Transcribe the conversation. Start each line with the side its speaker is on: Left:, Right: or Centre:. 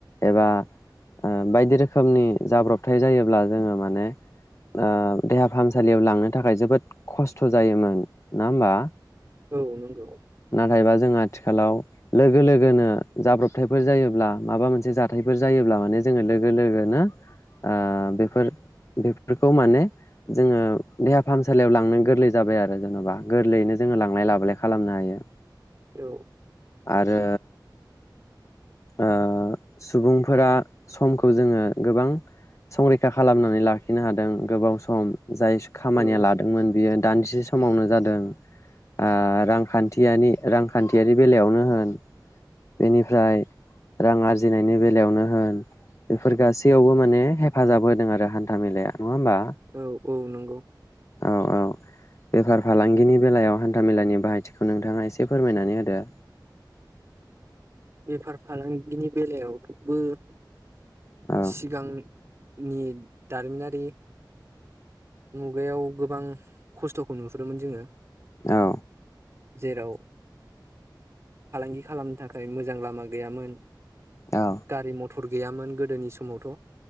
Left: एबा ओ बायदि रोखोमनि जाब्रबथाय जायोब्ला जोङो माने ओ देहा फाहामसालियाव लांनो थाखाय जोबोद खस्थ' जायोमोन नङा होमबा।
Right: औ नंगौ
Left: नाथायबा जों आथिखालाव लोगो लोगोनो जाब्रबथायफोर जायोब्ला माबा मोनसे जाथायफोर जायोब्ला माने जोङो लोगो लोगोनो ओ बेफोर बेफोरखौ माने जोङो देहा फाहामसालियाव लांनो गोरलै जाबाय आरो जेन'बा गोरलैयैनो जोङो लांलाय लाबोलाय खालामनो हायो।
Right: औ।
Left: आरो ओ सुबुंफोरा समखौ जोङो गोबां संरै खा खालामनानै लाखिनो हादों। गोबाव सम। जाय खामानिया
Right: औ
Left: लादोंमोन बियो दानसे समावनो जादों ओ रांखान्थियानि रांखान्थियारि बेलायावनो होन बेनिफ्राय रां आरजिनायनि बेलायावनो होन बेफोर गासैयावबो माने हेफाजाब होदों आरो हान्था मेलाया। नङा होमबा
Right: औ औ नंगौ।
Left: औ औ बेफार फालांगिनि बेलायाव हान्थामेलानि बाहायथिखौ नोंथाङा एसे फोरमायनानै होदो।
Right: बेफार फालांगिनि बेलायाव <unintelligible>
Left: औ
Right: सिगां नि दारिमिनारि। मुगायाव गोबां खस्थ'खौ नुहुरोमोन जोङो।
Left: औ।
Right: जेराव फालांगि खालामनो थाखाय मोजां लामा गैयामोन।
Left: औ
Right: गारि मट टर गैयामोन गोदोनि समावथ'।